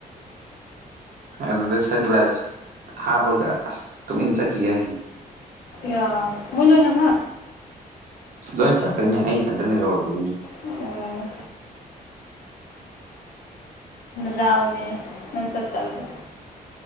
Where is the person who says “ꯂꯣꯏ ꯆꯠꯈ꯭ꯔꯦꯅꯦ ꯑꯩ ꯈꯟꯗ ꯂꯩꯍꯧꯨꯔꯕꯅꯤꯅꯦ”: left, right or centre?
Right